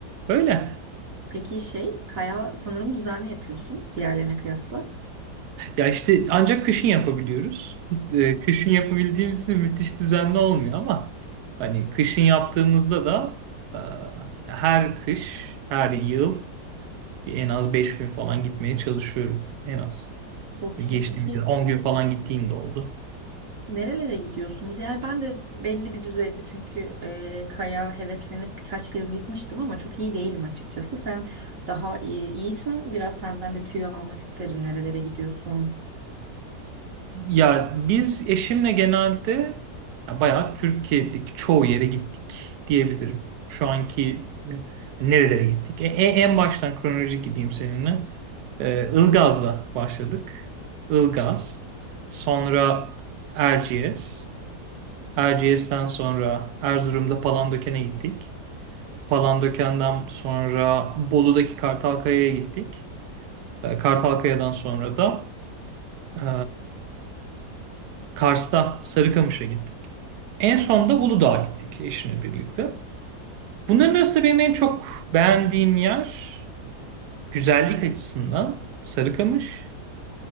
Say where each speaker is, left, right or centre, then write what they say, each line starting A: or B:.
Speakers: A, on the right (about 75°); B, on the right (about 55°).
A: öyle.
B: Peki şey, kaya sanırım düzenli yapıyorsun diğerlerine kıyasla.
A: Ya işte ancak kışın yapabiliyoruz. <laughs> Eee, Kışın yapabildiğimiz de müthiş düzenli olmuyor ama hani kışın yaptığımızda da eee, her kış, her yıl bir en az 5 gün falan gitmeye çalışıyorum. En az.
B: Çok
A: Geçtiğimiz
B: iyi. Peki
A: yıl 10 gün falan gittiğim de oldu.
B: nerelere gidiyorsunuz? Yani ben de belli bir düzeyde çünkü e, kaya heveslenip birkaç kez gitmiştim ama çok iyi değilim açıkçası. Sen daha iyi, iyiysen biraz senden de tüyo almak isterim. Nerelere gidiyorsun?
A: Ya biz eşimle genelde ya bayağı Türkiye'deki çoğu yere gittik diyebilirim. Şu anki e, nerelere gittik? E, e- en baştan kronolojik gideyim seninle. Ee, Ilgaz'la başladık. Ilgaz. Sonra Erciyes. Erciyes'ten sonra Erzurum'da Palandöken'e gittik. Palandöken'den sonra Bolu'daki Kartalkaya'ya gittik. Ee, Kartalkaya'dan sonra da e, Kars'ta Sarıkamış'a gittik. En son da Uludağ'a gittik eşimle birlikte. Bunların arasında benim en çok beğendiğim yer güzellik açısından Sarıkamış.